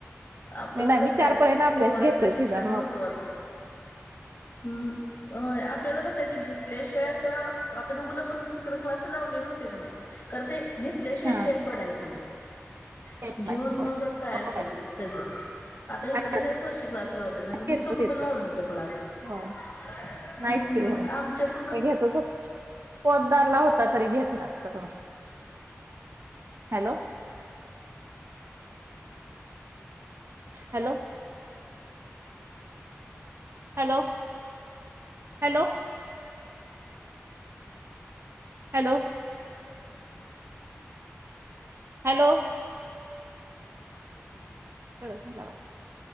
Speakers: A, on the left; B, on the right.
A: आपलं
B: मी नाही
A: कसंय,
B: मी चार पर्यंत अभ्यास
A: पोरांच
B: घेतोय शिजा
A: शिक्षिण
B: मग
A: महत्त्वाचं. हम्म, होय. आपल्याला कसंय ते घेतल्या शिवाय ते असं आता डुगुला पण मी तिकड क्लास लावले नव्हते क नाही, खरं ते घेतल्याशिवाय
B: हा.
A: चैन पडायचा नाही,
B: घेत
A: घेऊन
B: नाही, होय.
A: मगच काय
B: मग
A: असेल ते त्याज आता
B: काय.
A: इकडे ह्याच वर्षी क्लास लावले, नाही तर
B: घेतो
A: मी त कुठं
B: तिथलं
A: लावले होते क्लास?
B: होय
A: हम्म
B: नाहीच
A: हम्म,
B: की होय
A: आमच्यात पण क
B: मी घेतो <unintelligible> पोतदारला होता तरी घेत <unintelligible> hello. Hello. Hello, hello. Hello. Hello. <inaudible>